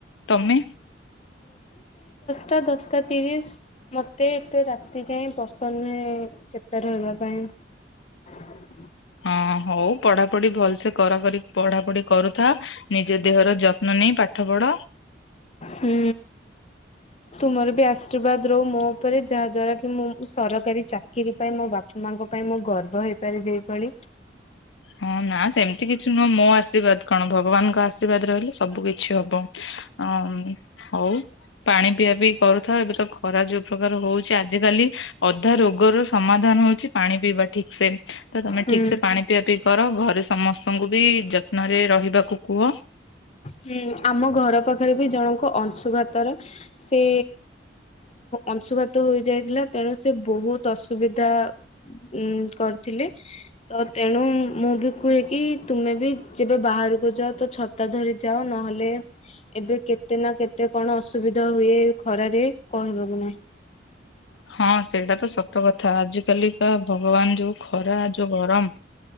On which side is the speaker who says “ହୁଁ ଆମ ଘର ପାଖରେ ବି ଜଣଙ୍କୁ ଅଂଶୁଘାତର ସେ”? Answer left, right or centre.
Left